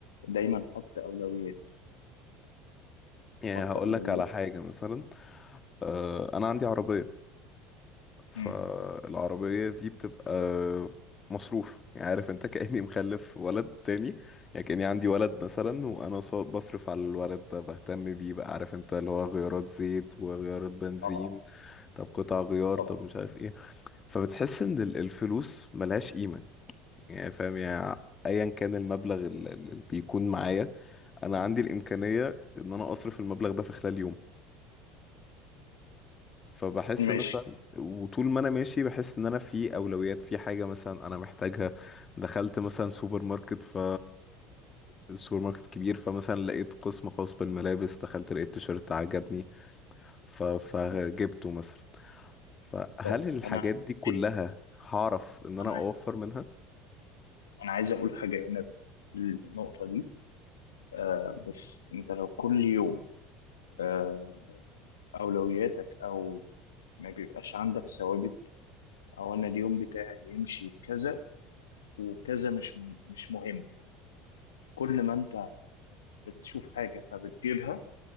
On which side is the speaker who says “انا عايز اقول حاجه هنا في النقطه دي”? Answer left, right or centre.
Left